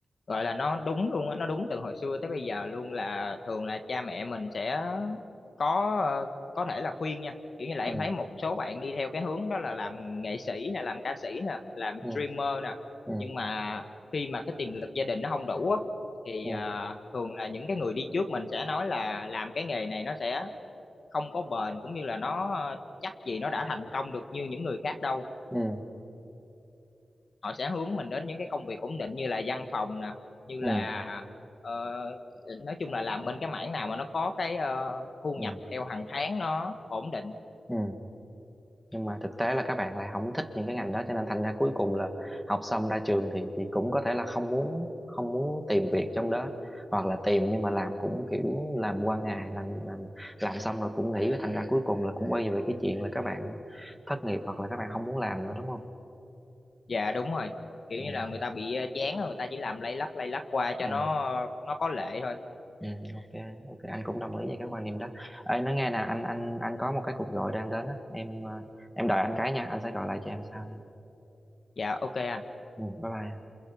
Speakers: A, on the left; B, in the centre.
A: gọi là nó đúng luôn á nó đúng từ hồi xưa tới bây giờ luôn là thường là cha mẹ mình sẽ có ờ, có thể là khuyên nha kiểu như là
B: ừ
A: em thấy một số bạn đi theo cái hướng đó là làm nghệ sĩ nè làm ca sĩ nè làm
B: ừ
A: streamer nè
B: ừ
A: nhưng mà khi mà cái tiềm lực gia đình nó không đủ á thì
B: ừ
A: ờ, thường là những cái người đi trước mình sẽ nói là làm cái nghề này nó sẽ không có bền cũng như là nó ờ, chắc gì nó đã thành công được như những người khác đâu
B: ừ
A: họ sẽ hướng mình đến những cái công việc ổn định như là văn phòng nè như
B: ừ
A: là ờ, nói chung là làm bên cái mảng nào mà nó có cái ờ, thu
B: ừ
A: nhập theo hàng tháng nó ổn định
B: ừ nhưng mà thực tế là các bạn lại không thích những cái ngành đó cho nên thành ra cuối cùng là học xong ra trường thì thì cũng có thể là không muốn không muốn tìm việc trong đó hoặc là tìm nhưng mà làm cũng kiểu làm qua ngày làm làm làm xong rồi cũng nghỉ thành ra cuối cùng là cũng quay về cái chuyện là các bạn thất nghiệp hoặc là các bạn không muốn làm nữa đúng không
A: dạ đúng rồi kiểu
B: ừ
A: như là người ta bị ờ, chán á, người ta chỉ làm lay lắt lay lắt qua cho
B: ừ
A: nó nó có lệ thôi
B: Ừ, ok ok anh cũng đồng ý với cái quan điểm đó Ê, nói nghe nè anh anh anh có một cái cuộc gọi đang đến á em ờ, em đợi anh cái nha anh sẽ gọi lại cho em sau nha
A: dạ ok anh
B: ừ, bye bye